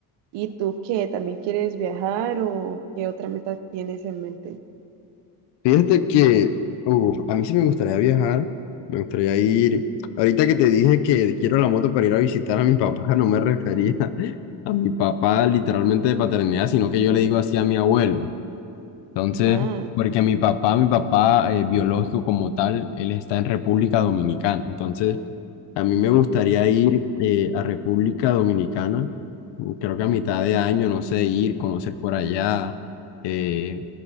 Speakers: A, on the right; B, on the left.
A: ¿Y tú qué? ¿También quieres viajar o qué otra meta tienes en mente?
B: Fíjate que uh, a mí sí me gustaría viajar, me gustaría ir. Ahorita que te dije que quiero la moto para ir a visitar a mi papá, no me refería <laughs> a mi papá literalmente de paternidad, sino que yo le digo así a mi abuelo. Entonces,
A: Ah,
B: porque mi papá, mi papá eh, biológico como tal, él está en República Dominicana. Entonces, a mí me gustaría ir eh, a República Dominicana, creo que a mitad de año, no sé, ir, conocer por allá, eh,